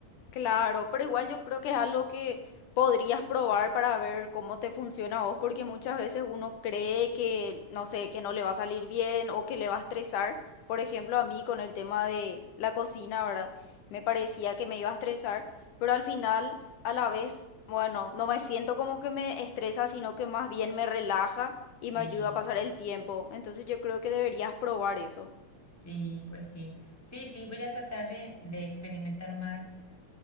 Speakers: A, on the left; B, in the centre.
A: Claro, pero igual yo creo que es algo que podrías probar para ver cómo te funciona a vos, porque muchas veces uno cree que, no sé, que no le va a salir bien o que le va a estresar. Por ejemplo, a mí con el tema de la cocina, ¿verdad? Me parecía que me iba a estresar, pero al final, a la vez, bueno, no me siento como que me estresa, sino que más bien me relaja y
B: Sí,
A: me ayuda a pasar el tiempo. Entonces yo creo que deberías probar eso.
B: sí, pues sí. Sí, sí, voy a tratar de, de experimentar más,